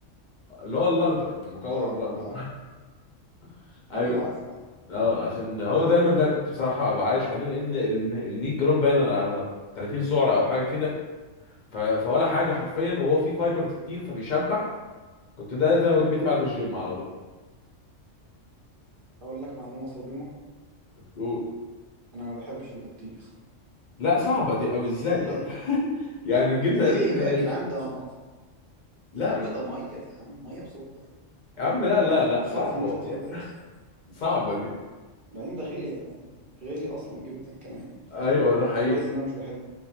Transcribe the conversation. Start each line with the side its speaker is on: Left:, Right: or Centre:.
Left: اللي هو الاخضر المكور
Right: اه
Left: الاخضر
Right: اه
Left: <laughs> ايوه
Right: ايوه عارفه عارفه.
Left: اه عشان هو دايما ده كنت بصراحه ببقى عايش عليه لان ال 100 جرام باين على 30 سعره او حاجه كده ف- فولا حاجه حرفيا وهو فيه فايبرز كتير فبيشبع كنت ده ده وجبتي بعد الجيم على طول
Right: اقول لك معلومه صادمه
Left: و-
Right: انا ما بحبش البطيخ
Left: لا صعبة دي قوي
Right: <laughs>
Left: ازاي طب <laughs> يعني جبنا
Right: ليه
Left: قريش ماشي
Right: بقى يا جدعان ده م...
Left: لا
Right: يا عم ده ميه يا عم ميه بسكر
Left: يا عم لا لا لا
Right: مش
Left: صعبة
Right: عارف ليه الناس
Left: والله
Right: بتحبه اصلا
Left: صعبة دي
Right: بعدين ده غالي غالي اصلا جدا كمان
Left: ايوه
Right: فكويس
Left: ده حقيقي
Right: ان انا مش بحبه